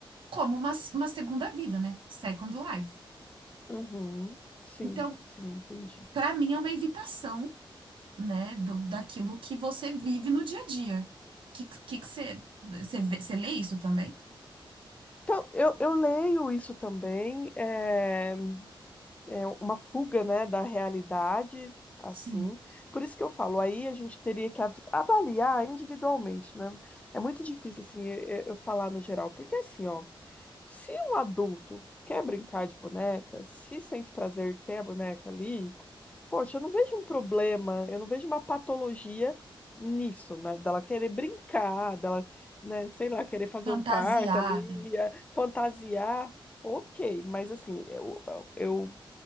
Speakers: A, on the right (about 70°); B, on the left (about 15°).
A: como uma, uma segunda vida, né? Second Life.
B: Uhum, sim,
A: Então,
B: sim, entendi.
A: para mim, é uma evitação, né, do- daquilo que você vive no dia a dia. Que que que você você vê- você lê isso também?
B: Então, eu, eu leio isso também, eh, é, uma fuga, né, da realidade, assim.
A: Sim.
B: Por isso que eu falo, aí a gente teria que av- avaliar individualmente, né? É muito difícil, assim, eu, eu falar no geral, porque assim, ó, se um adulto quer brincar de boneca, se sente prazer de ter a boneca ali, poxa, eu não vejo um problema, eu não vejo uma patologia nisso, né? Dela querer brincar, dela, né, sei lá, querer fazer
A: fantasiada,
B: o parto ali, eh, fantasiar. Ok, mas assim, eu, eu